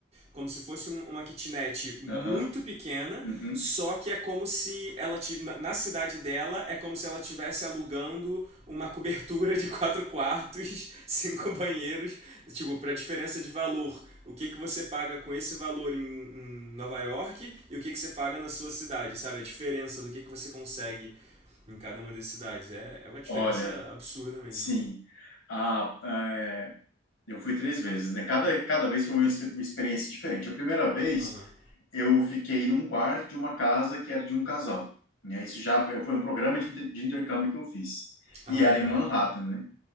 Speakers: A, on the right; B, on the left.
A: como se fosse um- uma kitnet muito
B: Aham.
A: pequena
B: Uhum.
A: só que é como se ela ti- na, na cidade dela é como se ela estivesse alugando uma cobertura de quatro quartos <laughs> cinco
B: O-
A: banheiros tipo para diferença de valor o que, que você paga com esse valor em, em Nova York e o que, que você paga na sua cidade, sabe? A diferença do que, que você consegue em cada uma das cidades. É, é uma diferença
B: Olha,
A: absurda mesmo.
B: sim. ah é, Eu fui três vezes, né? Cada, cada vez foi uma, ex- uma experiência diferente. A primeira vez,
A: Aham.
B: eu fiquei num quarto de uma casa que era de um casal, né? Isso já foi um programa de, inter- de intercâmbio que eu fiz.
A: Ah,
B: E era em
A: tá.
B: Manhattan, né?